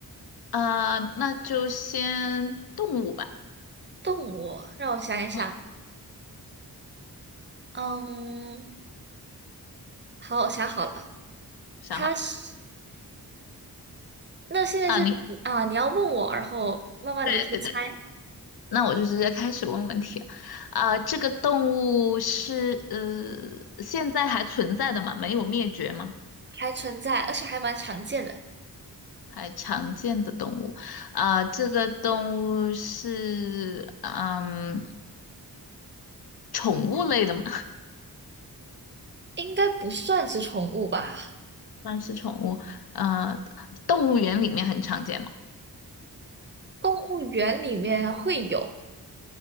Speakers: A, on the left; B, on the right.
A: 呃，那就先动物吧。
B: 动物，让我想一想。
A: 嗯，
B: 嗯，好，我想好了，
A: 想好了
B: 它是那现在是啊，
A: 啊，你
B: 你要问我，然后慢慢的去猜，
A: 对对对，那我就直接开始问问题。啊，这个动物是呃现在还存在的吗？没有灭绝吗？
B: 还存在，而且还蛮常见的，
A: 还常见的动物。啊，这个动物是嗯宠物类的吗？
B: 应该不算是宠物吧？
A: 那是宠物，呃，动物园里面很常见吗？
B: 动物园里面会有，